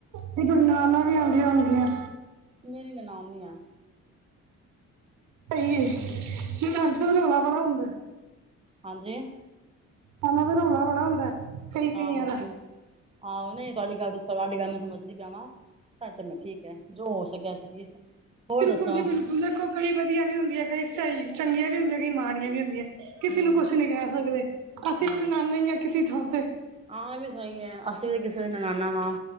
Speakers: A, on the right; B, on the right.
A: ਤੇ ਗਰ ਨਨਾਨਾਂ ਵੀ ਆਉਂਦੀਆਂ ਹੁੰਦੀਆ
B: ਮੇਰੀ ਨਨਾਮ ਨੀ ਆ
A: ਪਹੀਏ ਰਾਤ ਨੂੰ ਰੌਲਾ ਬੜਾ ਹੁੰਦਾ
B: ਹਾਂਜੀ
A: ਨਨਾਨਾ ਤੇ ਰੌਲਾ ਬੜਾ ਹੁੰਦਾ ਕਈ ਕਈਆਂ
B: ਆਹੋ-ਆਹੋ
A: ਦਾ
B: ਨਹੀਂ ਤੁਹਾਡੀ ਗੱਲ ਦੱਸੋ ਤੁਹਾਡੀ ਗੱਲ ਮੈਂ ਸਮਝਦੀ ਪਿਆ ਮੈਂ ਸ ਚੰਗਾ ਠੀਕ ਹੈ ਜੋ ਹੋ ਸਕਿਆ ਸਹੀ ਹੋਰ
A: ਬਿਲਕੁਲ
B: ਦੱਸੋ
A: ਜੀ ਬਿਲਕੁਲ ਦੇਖੋ ਕਈ ਵਧੀਆ ਵੀ ਹੁੰਦੀ ਹੈ ਕਈ ਸਹੀ ਚੰਗੀਆਂ ਵੀ ਹੁੰਦੀਆਂ ਕਈ ਮਾੜ ਏਂਵੀ ਹੁੰਦੀਆਂ ਕਿਸੇ
B: ਹਮ
A: ਨੂੰ ਕੁਛ ਨੀ ਕਹਿ ਸਕਦੇ
B: ਹਮ
A: ਅਸੀਂ ਵੀ ਨਨਾਨੇ ਹਾਂ ਕਿਸੇ ਥਾਂ ਤੇ
B: ਹਾਂ ਇਹ ਵੀ ਸਹੀ ਹੈ ਅਸੀਂ ਤੇ ਕਿਸੇ ਦੇ ਨਨਾਨਾ ਵਾ